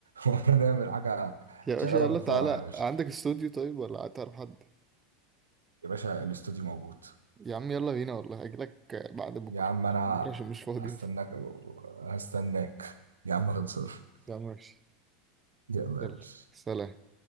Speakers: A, on the right; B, on the right.
A: <laughs> ونعمل حاجة
B: يا باشا
A: شغالة
B: يلا
A: في الفرح
B: تعالى
A: يا باشا
B: عندك استوديو طيب ولا تعرف حد؟
A: يا باشا الاستوديو موجود
B: يا عم يلا بينا والله أجيلك بعد بكرة
A: يا عم أنا
B: بكرة عشان مش فاضي
A: هستناك
B: بس
A: هستناك يا عم خلصان <laughs>
B: يا عم ماشي
A: يلا
B: يلا
A: يا باشا
B: سلام